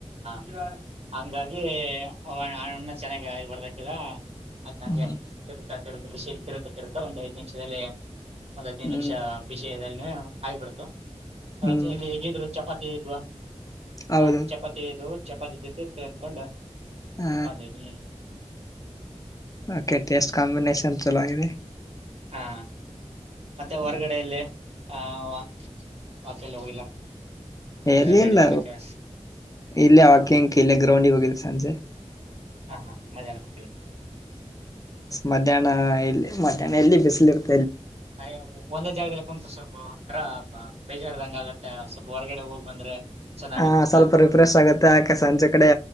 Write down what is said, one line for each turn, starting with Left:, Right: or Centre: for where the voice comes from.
Right: <unintelligible> ಹಂಗಾಗಿ ಆ ಅಣ್ಣ ಚೆನ್ನಾಗಿ ಹೊಡೆದಾಕಿದ್ರ ಅದ್ನಂಗೆ
Left: ಹ್ಮ್
Right: ತಿರುತ್ತಾ ತಿರುಗ್ತ ಬಿಸಿಲ್ ತಿರುಗ್ತ ಇರ್ತದ್ ಒಂದ್ ಐದು ನಿಮಿಷದಲ್ಲಿ. ಒಂದ್ ಹದಿನೈದು
Left: ಹ್ಮ್
Right: ನಿಮಿಷ ಬಿಸಿಯಲ್ಲಿ <unintelligible> ಬಿಡ್ತು <unintelligible>
Left: ಹ್ಮ್
Right: ಹೇಗಿದ್ರು ಚಪಾತಿ ಇದ್ವಾ?
Left: ಹೌದು
Right: ಹಾ ಚಪಾತಿ ಇದು ಚಪಾತಿ ಜತೆ ಸೇರ್ಕೊಂಡು <unintelligible>
Left: ಹ ಅಕೆ ಟೇಸ್ಟ್ ಕಾಂಬಿನೇೇಶನ್ ಚಲೋ ಆಗದೆ.
Right: ಹಾ ಮತ್ತೆ
Left: ಹ್ಮ್
Right: ಹೊರಗಡೆ ಎಲ್ಲಿ? ಹ <unintelligible> ಹೋಗಿಲ್ಲ ಅಂದ್ರೆ
Left: ಎಲ್ಲಿ
Right: ನಡೆದಾಡಕ್ಕೆ
Left: ಇಲ್ಲ. ಇಲ್ಲೇ ಹಾಕಿಂಗ್ ಇಲ್ಲೆ ಗ್ರೌಂಡಿಗೆ ಹೋಗಿದ್ದೆ ಸಂಜೆ.
Right: ಹಾ ಹಾ ಮಧ್ಯಾನ <unintelligible>
Left: ಮಧ್ಯಾಹ್ನ ಎಲ್ಲಿ ಮಧ್ಯಾಹ್ನ ಎಲ್ಲಿ ಬಿಸಿಲ ಇರ್ತ
Right: ಅ ಒಂದೇ ಜಾಗದಲ್ಲಿ ಕುಂತ ಸ್ವಲ ಒಂದ ತರ ಬೇಜಾರ ಆದಂಗ ಆಗತ್ತೆ ಒಂದ ಸ್ವಲ್ಪ ಹೊರಗಡೆ ಹೋಗ್ ಬಂದ್ರೆ ಚೆನ್ನಾಗಿರುತ್ತೆ
Left: ಹ ಸ್ವಲ್ಪ ರಿಫ್ರೆಶ್ ಆಗುತ್ತೆ ಆಕ ಸಂಜೆ ಕಡೆ